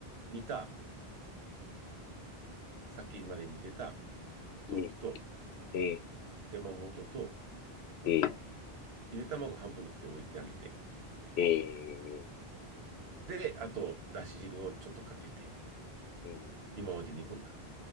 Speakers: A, on the right (about 75°); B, on the left (about 85°).
A: 煮た、さっきまで煮てた豆腐と
B: ええええ
A: 手羽元と、
B: え
A: ゆで卵半分に切って置いてあげて、
B: え
A: で、あと、だし汁をちょっとかけて、
B: うん
A: 今まで煮込んだ。